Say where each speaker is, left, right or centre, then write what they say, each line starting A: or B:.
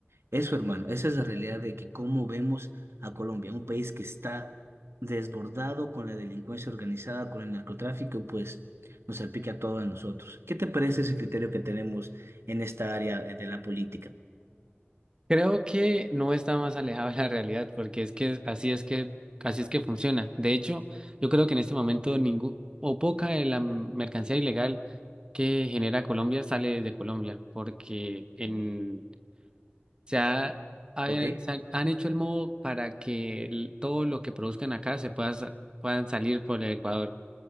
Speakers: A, on the right; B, on the right.
A: Eso, hermano, esa es la realidad de que cómo vemos a Colombia, un país que está desbordado con la delincuencia organizada, con el narcotráfico, pues nos salpica a todos nosotros. ¿Qué te parece ese criterio que tenemos en esta área eh, de la política?
B: Creo que no está más alejado de la realidad, porque es que así es que así es que funciona. De hecho, yo creo que en este momento ningún o poca de la mercancía ilegal que genera Colombia sale de Colombia, porque en se ha, ha-
A: ¿Ok?
B: eh, se han han hecho el modo para que el- todo lo que produzcan acá se pueda sa- puedan salir por el Ecuador.